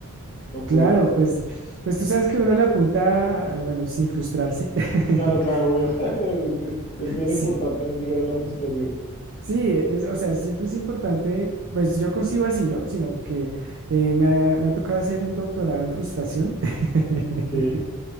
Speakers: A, on the left; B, on the right.
A: No
B: Claro,
A: puede ser.
B: pues, pues tú sabes que uno le apunta, a- bueno, sin frustrarse. <laughs>
A: Claro, claro, obvio. <laughs> Es bien
B: Sí,
A: importante no llegar a la frustración.
B: sí, es, o sea, siempre es importante, pues yo consigo así, ¿no? Sino que eh, me ha, me ha tocado hacer un doctorado en frustración. <laughs>
A: Ok,